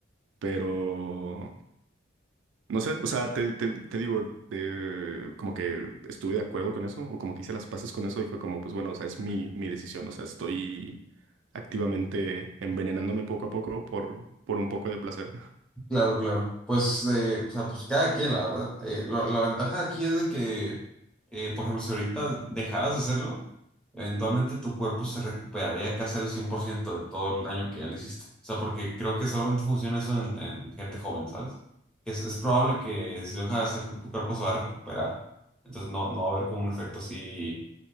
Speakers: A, on the right (about 80°); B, in the centre.
A: Pero, No sé, o sea, te, te- te digo, de, como que estuve de acuerdo con eso, o como que hice las paces con eso y fue como, pues bueno, o sea, es mi, mi decisión, o sea, estoy activamente envenenándome poco a poco por, por un poco de placer.
B: Claro, claro. Pues, de, o sea, pues cada quien, la verdad. Eh, la, la ventaja aquí es de que, eh, por ejemplo, si ahorita dejaras de hacerlo, eventualmente tu cuerpo se recuperaría casi al 100% de todo el daño que ya le hiciste. O sea, porque creo que solamente funciona eso en, en gente joven, ¿sabes? Que Es, es probable que si lo dejas de hacer, tu cuerpo se va a recuperar. Entonces no, no va a haber como un efecto así